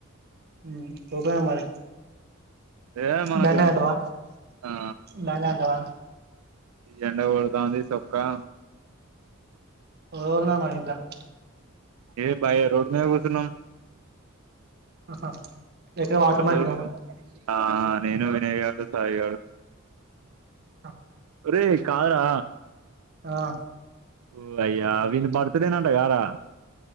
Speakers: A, on the right; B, on the right.
A: ఉ పొకపొయినవు మరి
B: ఏ మనకెందుకు
A: దాన్నే తింటావా
B: ఆ
A: దాన్నే తింటావా
B: ఎండకొడతాంది సొక్కా
A: ఓల్నా మందలా <unintelligible>
B: ఏ బాయీ రోడ్ మీద కూసున్నం
A: ఆహా ఎక్కడ వాటర్
B: ఎడు
A: మిలన్
B: <unintelligible>
A: కదా
B: ఆ నేను, వినయ్ గాడు, సాయి గాడు
A: అ
B: ఓరేయి కాద్రా
A: ఆ
B: ఓ అయ్యా వీని బర్త్డే నట గారా